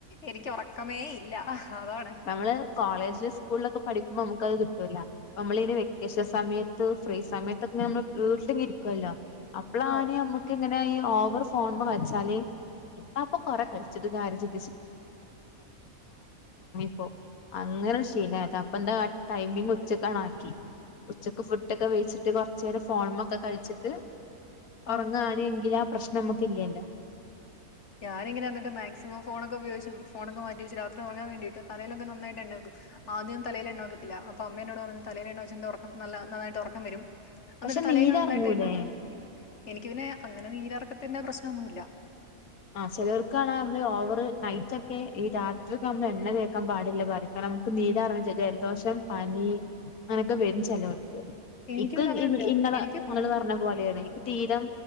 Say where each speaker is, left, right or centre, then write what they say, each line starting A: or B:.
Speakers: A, on the left; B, on the left.
A: എനിക്ക് ഒറക്കമേ ഇല്ല അതാണ്
B: നമ്മള് കോളേജ് സ്കൂളിലൊക്കെ പഠിക്കുമ്പോ നമുക്ക്ത് കിട്ടൂലാ നമ്മളി വെക്കേഷൻ സമയത്ത് ഫ്രീ സമയത്ത്ക്കെ നമ്മള് വീട്ടിലിങ്ങെ ഇരിക്കുല്ലോ അപ്പള
A: ആഹ്
B: ആണ് ഞമ്മക്ക് ഇങ്ങനെ ഈ ഓവർ ഫോണ്മേ കളിച്ചാന് അപ്പൊ കൊറേ കഴിച്ചിട്ടു കാരി <unintelligible> അപ്പ അങ്ങനെ ശീലായത അപ്പൊ എന്താ ടൈമിങ് ഉച്ചക്കണ ആക്കി ഉച്ചക്ക് ഫുഡോക്കെ വേയ്ച്ചിട്ട് കുറച്ച നേരം ഫോണിമ്മെ ഒക്കെ കളിച്ചിട്ട് ഉറങ്ങാണിയെങ്കിൽ
A: ആഹ്
B: ആ പ്രശ്നം നമുക്ക ഇല്ലല്ലോ
A: ഞാനിങ്ങനെ എന്നിട്ട് മാക്സിമം ഫോണോക്കെ ഉയോഗിച്ചും ഫോണോക്കെ മാറ്റിവെച്ച് രാത്രി ഉറങ്ങൻ വേണ്ടിട്ട് തലയിലൊക്കെ നാന്നായിട്ട് എണ്ണേക്കും ആദ്യം തലേൽ എണ്ണതേക്കത്തില്ല അപ്പൊ അമ്മേ എന്നോട് പറഞ്ഞു തലേൽ എണ്ണ ഒഴി ഉറക്ക നല്ല നന്നായിട്ട് ഉറക്കം വരും എന്നിട്ട്
B: പക്ഷെ
A: തലേൽ
B: നീര്
A: നന്നായിട്ട്
B: എറങ്ങൂലേ
A: എണ്ണേക്കും എനിക്കി പിന്നെ അങ്ങനെ നീരറക്കത്തിന്റെ പ്രശ്നം ഒന്നുല്ല
B: ആ ചിലവർക്കാണ നമ്മള് ഓവർ നൈറ്റ് ഒക്കെ ഈ രാത്രി ഒക്കെ നമ്മള് എണ്ണ തേക്കാൻ പാടില്ല പറിം കാരണം നമുക്ക് നീലറങ്ങും ജലദോഷം പനി അങ്ങനൊക്കെ വരും ചേലോർക്ക്
A: എനിക്ക്
B: ഇക്ക
A: പിന്നെ അങ്ങനെയൊന്നുമില്ല.
B: ഇങ്ങെ ഇങ്ങള്
A: എനിക്ക് പ
B: പറഞ്ഞ പോലെയാണ് തീരം